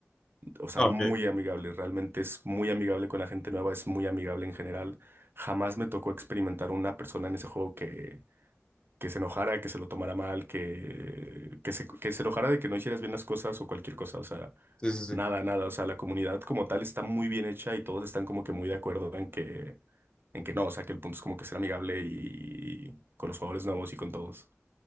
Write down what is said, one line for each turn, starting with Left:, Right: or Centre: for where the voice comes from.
Right: o sea,
Left: Ah,
Right: muy
Left: Ok. Sí,
Right: amigable, realmente es muy amigable con la gente nueva, es muy amigable en general. Jamás me tocó experimentar una persona en ese juego que que se enojara, que se lo tomara mal, que, que se, que se enojara de que no hicieras bien las cosas o cualquier cosa, o sea,
Left: sí, sí.
Right: nada, nada, o sea, la comunidad como tal está muy bien hecha y todos están como que muy de acuerdo en que, en que no, o sea, que el punto es como que ser amigable y con los jugadores nuevos y con todos.